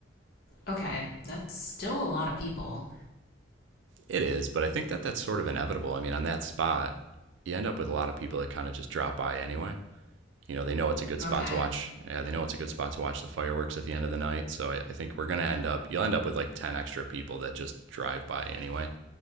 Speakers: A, on the left (about 50°); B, on the right (about 70°).
A: Okay. That's still a lot of people.
B: It is, but I think that that's sort of inevitable. I mean, on that spot, you end up with a lot of people that kind of just drop by anyway. You know, they know it's a good spot
A: Okay.
B: to watch. Yeah, they know it's a good spot to watch the fireworks at the end of the night. So I, I think we're going to end up, you'll end up with like 10 extra people that just drive by anyway.